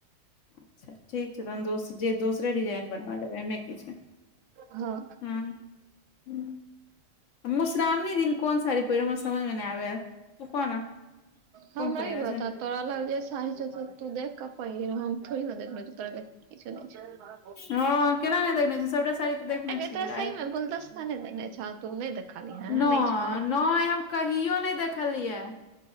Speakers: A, on the left (about 75°); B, on the right (about 75°).
A: अच्छा ठीक छै तहन दोस जे दोसरे डिजाइन बनवा लेबै एहिमे की छै
B: हँ
A: हूँ हँ आ मोश्रामणी दिन कोन साड़ी पर हमरा समझमे नहि आबै यै तू कहऽ ने
B: हमरा
A: कोन पहिरऽ
B: ई बता
A: छै
B: तोरा लग जे साड़ी छऊ तऽ तू देख कऽ पहिड़ हमथोड़ी ने देखने छियो तोरा कि छउ नहि छउ
A: हँ केना नहि देखने छी सबटा साड़ी तऽ देखने
B: ऐ
A: छीयय
B: गै तोरा सही मे गुलदस्ता नहि देने छौ तू नहि देखलिही हैं
A: नै
B: नहि छौ
A: नै हम कहियो नहि देखलियै